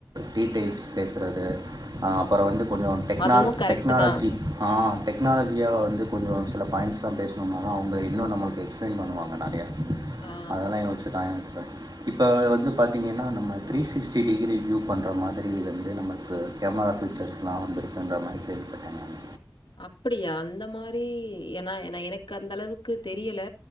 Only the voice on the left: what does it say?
அதுவும் கரெக்ட்
தான்.
ஆ
அப்டியா அந்த மாரி ஏன்னா என எனக்கு அந்தளவுக்கு தெரியல